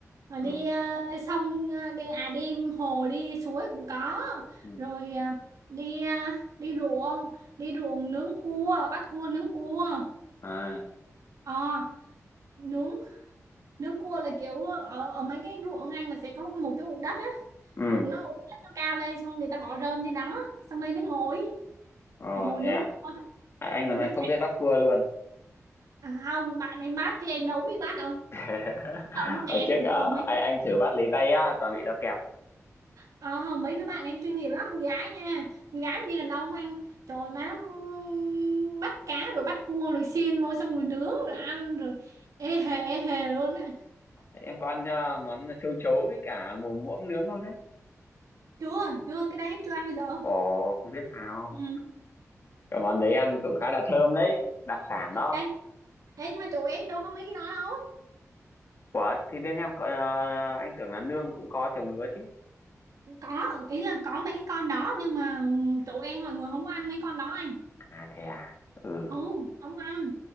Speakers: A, on the right; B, on the left.
A: rồi
B: ừ.
A: đi ờ, sông ờ, đi à đi hồ đi suối cũng có
B: Ừ.
A: rồi ờ, đi ờ, đi ruộng đi ruộng nướng cua bắt cua nướng cua
B: à
A: ờ nướng nướng cua là kiểu ở ở mấy cái ruộng ăn là sẽ có một cái ụ đất á
B: ừ.
A: ụ nó ụ đất nó cao lên xong người ta bỏ rơm trên đó xong rồi nó ngồi
B: ờ
A: ngồi
B: thế
A: nướng
B: à
A: cua.
B: À, anh
A: rồi
B: còn
A: nó
B: không
A: cháy
B: biết bắt cua luôn
A: à, không bạn em bắt chứ em đâu có biết bắt đâu
B: <laughs>
A: Sao nó
B: Hồi
A: kẹp
B: trước ờ,
A: trời mấy
B: anh anh thử bắt lấy tay á toàn bị nó kẹp
A: ờ, mấy đứa bạn em chuyên nghiệp lắm con gái nha con gái mà như đàn ông anh trời má ừm, bắt cá rồi bắt cua rồi xiên vô xong rồi nướng rồi ăn rồi ê hề ê hề luôn á
B: Thế em có ăn ờ, món châu chấu với cả mồm muỗng nướng không thế
A: chưa chưa cái đấy em chưa ăn bây giờ
B: ồ không biết sao
A: ừ.
B: cái món đấy ăn cũng khá là thơm đấy đặc sản đó
A: ê, ê, nhưng mà chỗ em đâu có mấy cái đó đâu
B: Ủa thì bên em có, ờ, anh tưởng là nương cũng có trồng lúa chứ
A: có ý là có mấy cái con đó nhưng mà chỗ em mọi người không có ăn mấy con đó anh
B: à thế à ừ
A: ừ không ăn